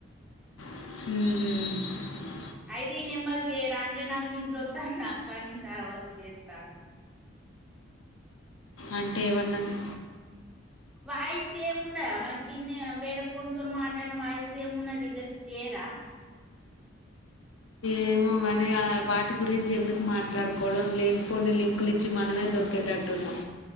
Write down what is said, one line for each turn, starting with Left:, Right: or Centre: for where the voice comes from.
Left: ఉహు
Centre: అయిదు ఈ నెంబర్ కి చేయరా అంటే, నాకు నిద్ర వత్తంది అక్క నేను తర్వాత చేస్తాను.
Left: అంటే ఏం అన్నది
Centre: వాయిసు సేమ్ ఉండదా. మరి గిన్నె వేరే ఫోన్తో మాట్లాడిన వాయిసు ఏమిండ రిజెక్ట్ చేయరా.
Left: ఏమో కానీ వాటి గురించి ఎందుకు మాట్లాడుకోవడం. లేనిపోన్ని లింకులు ఇచ్చి మనమే దొరికేటట్టున్నాం.